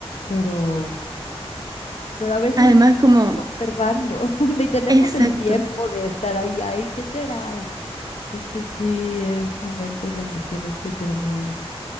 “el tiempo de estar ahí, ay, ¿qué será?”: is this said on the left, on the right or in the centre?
Left